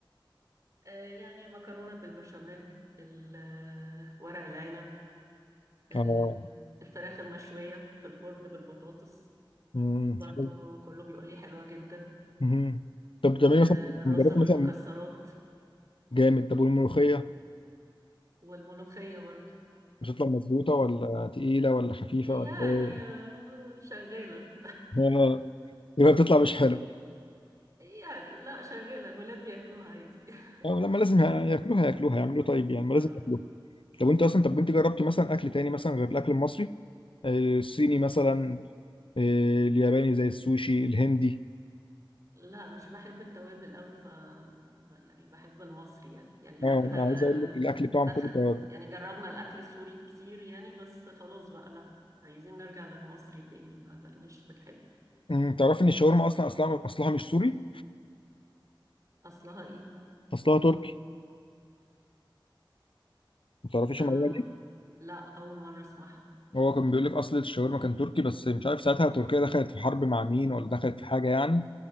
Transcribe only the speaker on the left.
اه
امم
حلو.
مهم. طب بتعملي
مثلا
جربت
مثلا جامد طب والملوخيه
بتطلع مظبوطه ولا تقيله ولا خفيفه
ولا ايه
آه، يبقى بتطلع مش حلو
اه لما لازم ياكلوها ياكلوها يعملوا طيب يعني ما لازم
ياكلوها طب انت اصلا طب انت جربتي مثلا اكل تاني مثلا غير الاكل المصري آه، الصيني مثلا آه، الياباني زي السوشي الهندي
اه انا
عايز اقول لك الاكل بتاعهم
كله توابل
أمم، تعرفي ان الشاورما اصلا اصلها اصلها مش سوري
اصلها تركي ما تعرفيش
المعلومه دي
هو كان بيقول لك اصل الشاورما كان تركي بس مش عارف ساعتها تركيا دخلت في حرب مع مين ولا دخلت في حاجه يعني